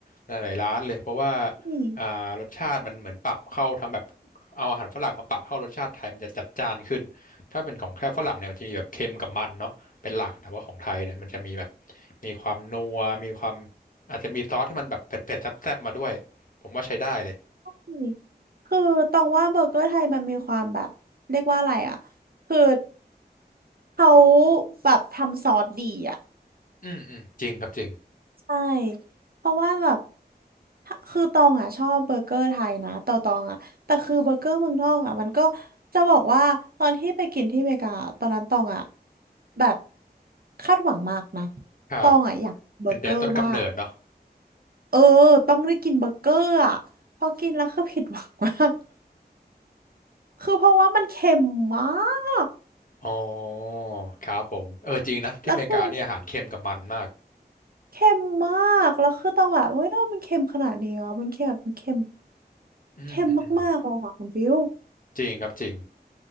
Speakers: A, on the left; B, on the right.
A: หลายๆร้านเลยเพราะว่า
B: นี่
A: อ่ารสชาติมันเหมือนปรับเข้าทั้งแบบเอาอาหารฝรั่งมาปรับเข้ารสชาติไทยมันจะจัดจ้านขึ้นถ้าเป็นของแค่ฝรั่งเนี่ยมันจะมีแบบเค็มกับมันเนาะเป็นหลักแต่ว่าของไทยเนี่ยมันจะมีแบบมีความนัวมีความอาจจะมีซอสที่มันแบบเผ็ดๆแซ่บๆมาด้วยผมว่าใช้ได้เลย
B: นี่คือตองว่าเบอร์เกอร์ไทยมันมีความแบบเรียกว่าอะไรอ่ะคือเขาแบบทำซอสดีอ่ะ
A: อืมอืมจริงครับจริง
B: ใช่ เพราะว่าแบบถ้าคือตองอ่ะชอบเบอร์เกอร์ไทยนะแต่อตองอ่ะแต่คือเบอร์เกอร์เมืองนอกอ่ะมันก็จะบอกว่าตอนที่ไปกินที่อเมริกาตอนนั้นตองอ่ะแบบคาดหวังมากนะ
A: ครับ
B: ตองอ่ะอยากเบอร์เกอร์มาก
A: เป็นแดนต้นกำเนิดเนาะ
B: เออต้องได้กินเบอร์เกอร์อ่ะพอกินแล้วคือผิดหวังมากคือเพราะว่ามันเค็มมาก
A: อ๋อครับผมเออจริงนะที่อเมริกาเนี่ยอาหารเค็มกับมันมาก
B: แล้วคือเค็มมากแล้วคือตองแบบเฮ้ยทำไมมันเค็มขนาดนี้อ่ะมันเค็มแบบมันเค็ม
A: อืมอืม
B: เค็มมากๆเลยค่ะคุณฟิว
A: จริงครับจริง